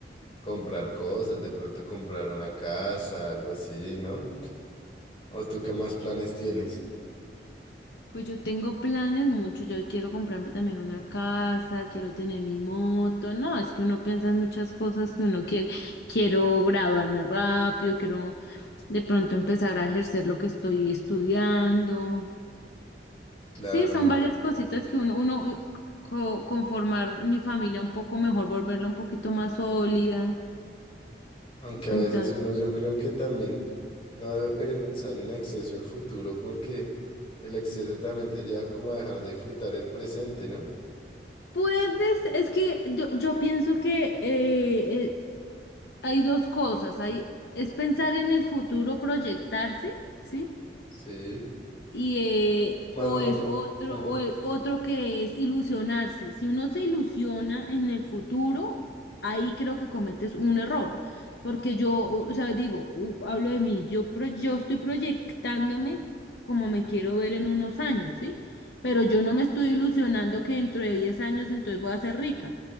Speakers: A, on the left (about 35°); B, on the left (about 70°).
A: comprar cosas, de pronto comprar una casa, algo así, ¿no? ¿O tú qué más planes tienes?
B: Pues yo tengo planes muchos, yo quiero comprarme también una casa, quiero tener mi moto, no, es que uno piensa en muchas cosas que uno quiere, quiero graduarme rápido, quiero de pronto empezar a ejercer lo que estoy estudiando.
A: Claro,
B: Sí, son
A: una
B: varias
A: futuro.
B: cositas que uno, uno eh, co- conformar mi familia un poco mejor, volverla un poquito más sólida.
A: Aunque a
B: Entonces...
A: veces uno yo creo que también no debe pensar en exceso el futuro porque El exceso también te lleva como a dejar de disfrutar el presente, ¿no?
B: Puedes, es que yo, yo pienso que eh, eh, hay dos cosas, hay, es pensar en el futuro, proyectarse, ¿sí?
A: Sí,
B: y eh,
A: más
B: o
A: no
B: es
A: vivir
B: otro,
A: como en él.
B: o es otro que es ilusionarse. Si uno se ilusiona en el futuro, ahí creo que cometes un error. Porque yo, o sea, digo, u- hablo de mí, yo, pro- yo estoy proyectándome como me quiero ver en unos años, ¿sí? Pero yo no me estoy ilusionando que dentro de 10 años entonces voy a ser rica.